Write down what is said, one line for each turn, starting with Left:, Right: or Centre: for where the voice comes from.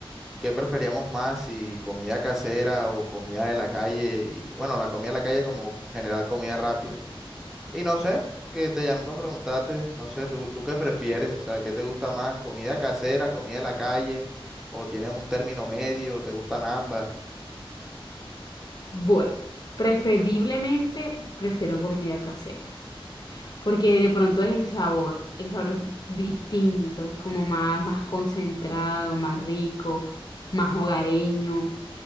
Centre: qué preferíamos más, si comida casera o comida de la calle. Y bueno, la comida de la calle como general comida rápida. Y no sé, que te llamé para preguntarte, no sé, ¿tú, tú qué prefieres? O sea, ¿qué te gusta más? ¿Comida casera, comida de la calle? ¿O tienes un término medio? ¿Te gustan ambas?
Left: Bueno, preferiblemente prefiero comida casera, porque de pronto es el sabor, el sabor es distinto, es como más, más concentrado, más rico, más hogareño.